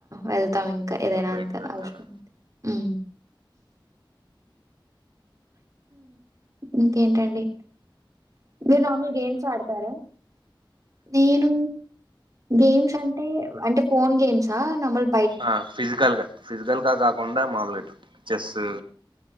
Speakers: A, on the right; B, on the right.
A: వెళ్తాం ఇంకా ఏదైనా
B: బయటికి
A: అంత
B: వెళ్తారా
A: అవసరం. ఉ. ఇంకేంటండి మీరు రాముల్ గేమ్స్ ఆడతారా. నేను గేమ్స్ అంటే అంటే ఫోన్ గేమ్స్. ఆ నమ్ల్.
B: ఆ ఫిజికల్ గా ఫిజికల్ గా కాకుండా మామూలుగా ఇట్ల చెస్సు